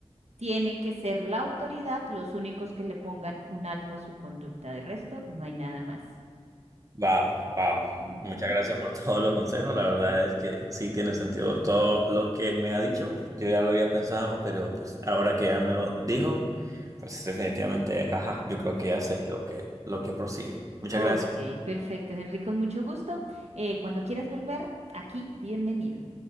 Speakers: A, on the right; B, on the right.
A: Tiene que ser la autoridad los únicos que le pongan un alto a su conducta. De resto, no hay nada más.
B: Wow, wow.
A: Ujú,
B: Muchas gracias por <laughs> todos los consejos. La verdad es que sí tiene sentido todo lo que me ha dicho, pues yo ya lo había pensado, pero pues ahora que
A: ujú.
B: ya me lo dijo, pues definitivamente, ajá, yo creo
A: Claro.
B: que hace lo que lo que prosigue. Muchas
A: Ok,
B: gracias.
A: perfecto, Henry, con mucho gusto. Eh, cuando quieras volver, aquí, bienvenido.